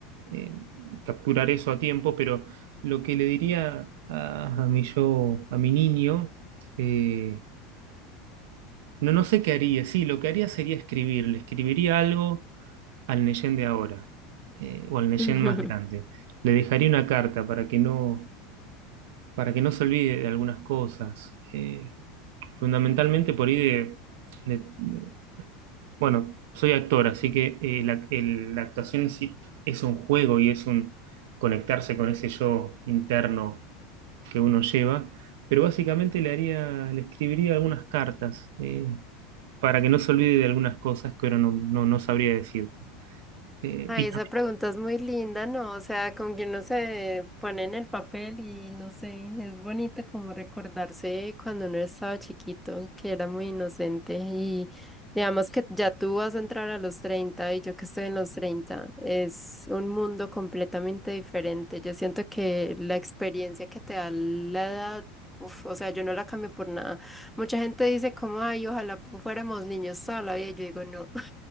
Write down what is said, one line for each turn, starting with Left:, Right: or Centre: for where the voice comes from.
Right: eh, capturar eso a tiempo, pero lo que le diría a, a mi yo, a mi niño, eh, no, no sé qué haría. Sí, lo que haría sería escribirle. Escribiría algo al Neyen de ahora, eh, o al Neyen
Centre: <laughs>
Right: más grande. Le dejaría una carta para que no, para que no se olvide de algunas cosas. eh, fundamentalmente
Centre: Ujú.
Right: por ahí de, de- de- bueno, soy actor, así que eh, la, el- la actuación sí es un juego y es un conectarse con ese yo interno que uno lleva. Pero básicamente le haría, le escribiría algunas cartas eh, para que no se olvide de algunas cosas que ahora no, no, no sabría decirte. Eh,
Centre: Ay,
Right: y también-
Centre: esa pregunta es muy linda, ¿no? O sea, como que uno se pone en el papel y no sé, es bonito como recordarse cuando uno estaba chiquito, que era muy inocente y digamos que ya tú vas a entrar a los 30 y yo que estoy en los 30 es un mundo completamente diferente. Yo siento que la experiencia que te da la edad, uf, o sea, yo no la cambio por nada. Mucha gente dice como, ay, ojalá fuéramos niños sola, y yo digo, no.